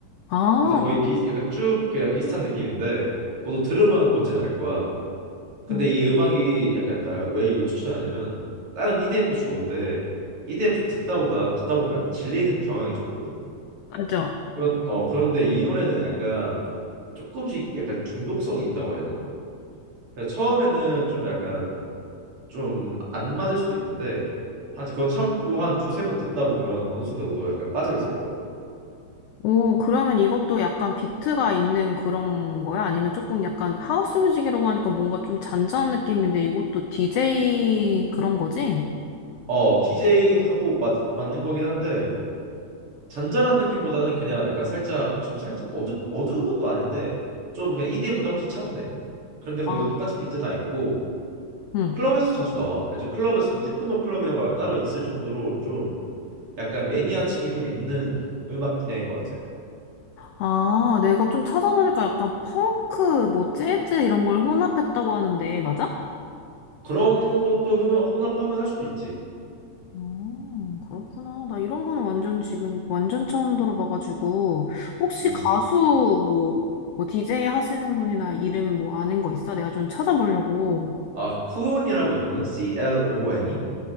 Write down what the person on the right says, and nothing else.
그래서 거의 비 약간 쭉 그냥 비슷한 느낌인데 너도 들으면 뭔지는 알 거야. 근데
이 음악이 약간 내가 왜 이걸 추천하냐면 다른 EDM도 좋은데 EDM 좀 듣다 보다 듣다 보면 약간 질리는 경향이 좀 있거든.
그런 어 그런데 이 노래는 약간 조금씩 약간 중독성이 있다고 해야 되나? 그 처음에는 좀 약간 좀 안 맞을 수도 있는데 한 그거 참고 한 두세 번 듣다 보면 어느 순간 너도 약간 빠져 있을 거야.
어, DJ도 하고 맞, 맞는 거긴 한데 잔잔한 느낌보다는 그냥 약간 살짝 좀 살짝 어두 어두운 것도 아닌데 좀 그냥 EDM보다 훨씬 차분해. 그런데 거기도
똑같이 비트 다 있고
클럽에서 자주 나와. 이제 클럽에서도 테크노 클럽이라고 따로 있을 정도로 좀 약간 매니아층이 좀 있는 음악 분야인 것 같아.
그런 것도 흠- 혼합하면 할 수도 있지.
음.
아, 쿤이라고 있거든. C-L-O-N이.